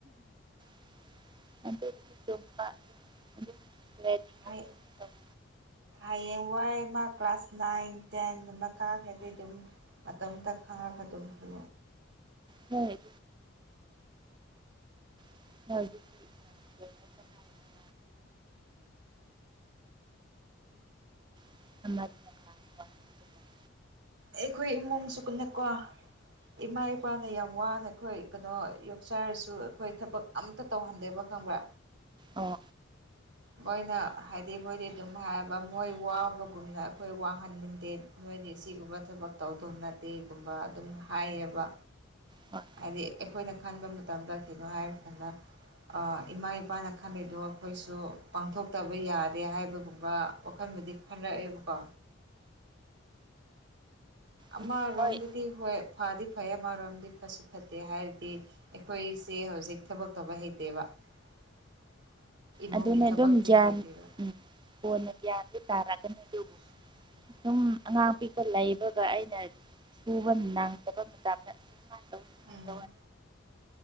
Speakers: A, on the right; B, on the right.
A: <unintelligible>
B: ꯍꯣꯏ
A: ꯑꯗꯨꯝ ꯇꯧ
B: ꯍꯌꯦꯡ ꯋꯥꯏ ꯃ ꯀ꯭ꯂꯥꯁ ꯅꯥꯏꯟ ꯇꯦꯟꯒꯨꯝꯕ ꯀꯥꯈ꯭ꯔꯗꯤ ꯑꯗꯨꯝ ꯃꯇꯣꯝꯇ ꯈꯪꯉꯛ ꯑꯗꯨꯝꯕꯨ
A: ꯍꯣꯏ <unintelligible> <unintelligible>
B: ꯑꯩꯈꯣꯏ ꯏꯃꯨꯡꯁꯨ ꯀꯅꯦꯀꯣ ꯏꯃꯥ ꯏꯄꯥꯅ ꯌꯥꯝ ꯋꯥꯅ ꯑꯩꯈꯣꯏ ꯀꯩꯅꯣ ꯌꯣꯛꯆꯥꯔꯁꯨ ꯑꯩꯈꯣꯏ ꯊꯕꯛ ꯑꯝꯇ ꯇꯧꯍꯟꯗꯦꯕ ꯈꯪꯕ꯭ꯔ
A: ꯑꯣ
B: ꯃꯣꯏꯅ ꯍꯥꯏꯗꯤ ꯃꯣꯏꯗꯤ ꯑꯗꯨꯝ ꯍꯥꯏꯕ ꯃꯣꯏ ꯋꯥꯕꯒꯨꯝꯅ ꯑꯩꯈꯣꯏ ꯋꯥꯍꯟꯅꯤꯡꯗꯦ ꯅꯣꯏꯗꯤ ꯁꯤꯒꯨꯝꯕ ꯊꯕꯛ ꯇꯧꯗꯧ ꯅꯠꯇꯦꯒꯨꯝꯕ ꯑꯗꯨꯝ ꯍꯥꯏꯌꯦꯕ
A: ꯍꯣꯏ
B: ꯍꯥꯏꯗꯤ ꯑꯩꯈꯣꯏꯅ ꯈꯟꯕ ꯃꯇꯝꯗ ꯀꯩꯅꯣ ꯍꯥꯏꯔꯀꯥꯟꯗ ꯑ ꯏꯃꯥ ꯏꯄꯥꯅ ꯈꯜꯂꯤꯗꯨꯣ ꯑꯩꯈꯣꯏꯁꯨ ꯄꯥꯡꯊꯣꯛꯇꯕ ꯌꯥꯗꯦ ꯍꯥꯏꯕꯒꯨꯝꯕ ꯋꯥꯈꯜ ꯕꯨꯗꯤ ꯈꯜꯂꯛꯑꯦꯕꯀꯣ ꯑꯃꯔꯣꯝꯗꯗꯤ
A: ꯑꯗꯨꯅꯦ ꯍꯣꯏ
B: ꯍꯣꯏ ꯐꯥꯗꯤ ꯐꯩ ꯑꯃꯔꯣꯝꯗꯤ ꯐꯠꯁꯨ ꯐꯠꯇꯦ ꯍꯥꯏꯔꯗꯤ ꯑꯩꯈꯣꯏꯁꯦ ꯍꯧꯖꯤꯛ ꯊꯕꯛ ꯇꯧꯕ ꯍꯩꯇꯦꯕ <inaudible>
A: ꯑꯗꯨꯅꯦ
B: ꯊꯕꯛꯇꯤ
A: ꯑꯗꯨꯝ ꯒ꯭ꯌꯥꯟ
B: ꯍꯩꯇꯦꯕ
A: ꯎꯝ ꯀꯣꯟꯅ ꯒ꯭ꯌꯥꯟꯗꯨ ꯇꯥꯔꯛꯀꯅꯤ ꯑꯗꯨ
B: <inaudible>
A: ꯁꯨꯝ ꯑꯉꯥꯡꯄꯤꯛꯄ ꯂꯩꯕꯒ ꯑꯩꯅ ꯁꯨꯕ ꯅꯪꯗꯕ ꯃꯇꯝꯗ ꯇꯧ ꯁꯨꯃꯥꯏꯅ
B: ꯎꯝ